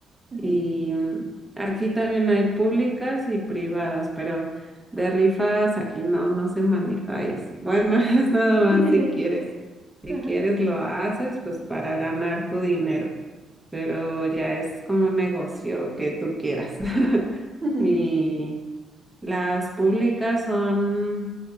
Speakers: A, on the right; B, in the centre.
A: ujú.
B: Y mm, aquí también hay públicas y privadas, pero de rifas aquí no, no se maneja eso. Bueno, <laughs> es nada
A: <laughs>
B: más si quieres. Si
A: Ajá.
B: quieres lo haces, pues para ganar tu dinero, pero ya es como un negocio que tú quieras. <laughs>
A: Ujú,
B: Y las públicas son,